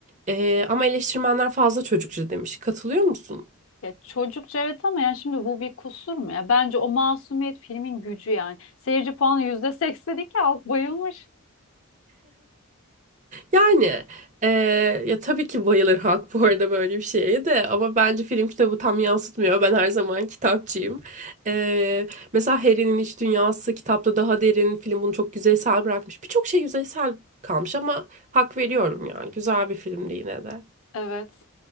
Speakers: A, on the right (about 35°); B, on the left (about 65°).
A: E, ama eleştirmenler fazla çocukça demiş. Katılıyor musun?
B: Ya çocukça evet ama yani şimdi bu bir kusur mu ya? Bence o masumiyet filmin gücü yani. Seyirci puanı yüzde seksen iki halk bayılmış.
A: Yani eee, ya tabii ki bayılır halk bu arada böyle bir şeye de ama bence film kitabı tam yansıtmıyor. Ben her zaman kitapçıyım. Eee, mesela Harry'nin iç dünyası kitapta daha derin. Film bunu çok yüzeysel bırakmış. Birçok şey yüzeysel kalmış ama hak veriyorum yani. Güzel bir filmdi yine de.
B: Evet.